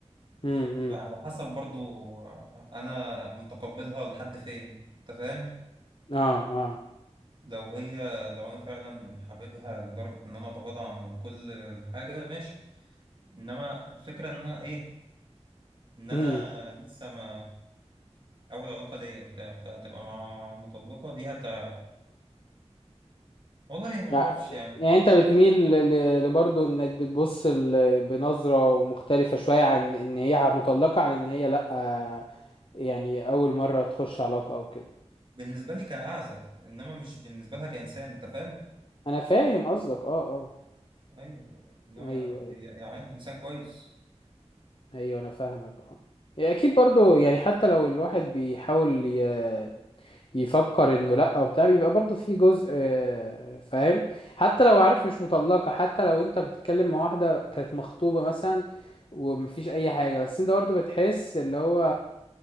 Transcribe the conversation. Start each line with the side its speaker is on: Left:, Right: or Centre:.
Left: امم امم.
Right: على حسب برضه أنا متقبلها لحد فين أنت فاهم
Left: اه اه
Right: لو هي لو أنا فعلا حاببها لدرجة إن أنا أتغاضى عن كل حاجة ماشي انما الفكره ان انا ايه ان انا
Left: امم
Right: لسه ما اول علاقه ليا وبتاع فتبقى مع مطلقه دي هتع... والله ما
Left: يعني
Right: اعرفش يعني
Left: يعني انت بتميل ل- لبرضه انك بتبص ل- بنظرة مختلفة شوية عن ان هي مطلقة عن ان هي لأ آه، يعني اول مرة تخش علاقة او كده
Right: بالنسبه لي كاعزب انما مش بالنسبه لها كانسان انت فاهم
Left: انا فاهم قصدك اه اه
Right: ايوه انما
Left: ايوه ايوه
Right: هي هي عادي انسان كويس
Left: ايوه انا فاهمك اه هي اكيد برضو يعني حتى لو الواحد بيحاول ي- يفكر انه لا وبتاع بيبقى برضو في جزء آه، فاهم حتى لو عارف مش مطلقة حتى لو انت بتتكلم مع واحدة كانت مخطوبة مثلا ومفيش اي حاجة بس انت برضو بتحس اللي هو